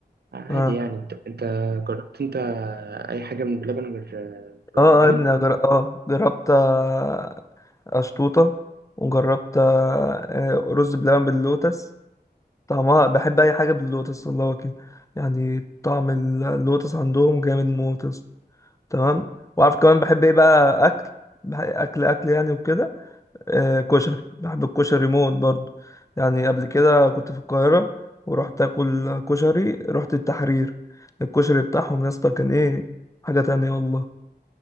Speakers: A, on the right (about 70°); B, on the left (about 20°).
A: عادي
B: اه
A: يعني أنت أنت جربت أنت أي حاجة من بلبن غير غير
B: اه
A: أم علي؟
B: اه يا ابني أنا جر... اه جربت آه، اشطوطة وجربت آه، آه، رز بلبن باللوتس طعمها بحب اي حاجة باللوتس والله كده يعني طعم ال- اللوتس عندهم جامد موت يا اسطى. تمام وعارف كمان بحب ايه بقى اكل بح- اكل اكل يعني وكده آه كشري بحب الكشري موت برضه يعني قبل كده كنت في القاهرة ورحت اكل كشري رحت التحرير الكشري بتاعهم يا اسطى كان ايه حاجة تانية والله